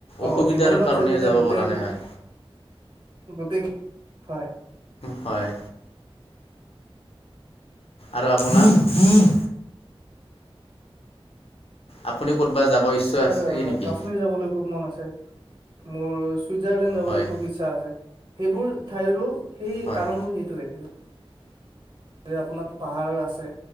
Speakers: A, on the right; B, on the left.
A: অ
B: অসুবিধাৰ
A: জীৱনটো
B: কাৰণে
A: আছে যেতিয়া
B: যাব
A: গোটেই
B: পৰা নাই।
A: গোটেই, হয়।
B: হয়। আৰু আপোনাৰ? আপুনি ক'তবা যাব? ইচ্ছা
A: তোমাৰ
B: আছে নেকি?
A: কাশ্মীৰ যাবলৈ খুব মন আছে মোৰ চুইজাৰলেণ্ড যাবলৈ
B: হয়
A: খুব ইচ্ছাস আছে সেইবোৰ ঠাইৰো সেই
B: হয়
A: কাৰণটো সেইটোৱে আপোনাৰ পাহাৰ আছে।